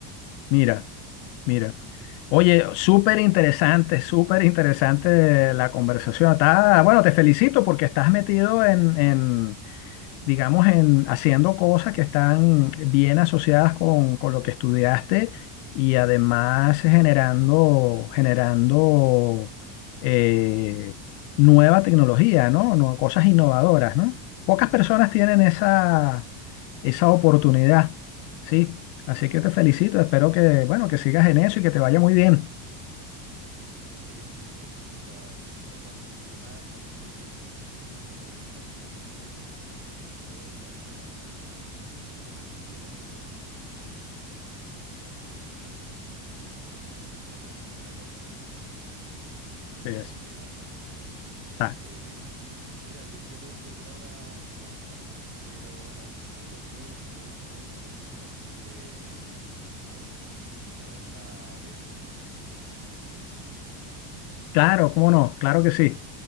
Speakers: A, on the left; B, on the right.
A: Mira, mira. Oye, súper interesante, súper interesante la conversación. Está- bueno, te felicito porque estás metido en, en, digamos, en haciendo cosas que están bien asociadas con, con lo que estudiaste y además generando, generando eh, nueva tecnología, ¿no? No, Cosas innovadoras, ¿no? Pocas personas tienen esa, esa oportunidad, ¿sí? Así que te felicito, espero que, bueno, que sigas en eso y que te vaya muy bien.
B: Oye, sí, mu- muchas, muchas gracias. Sí, En verdad, para mí es súper entretenido. Es, es algo, saber que estamos desarrollando cosas novedosas, nuevas y que Bueno, na- nadie le ha encontrado solución antes, por lo menos a nivel nacional. eh, eh, eh, es súper entretenido y claro, es, una- es un aporte también para el país, así que
A: Así es.
B: por ese lado todo súper bien.
A: Ah,
B: Eh, mira, yo, yo tengo que volver ahora a trabajar, pero la conversación estuvo muy, muy, muy interesante, así que bueno, para otra vez podemos seguir conversando también de, de trabajo.
A: claro, cómo no, claro que sí.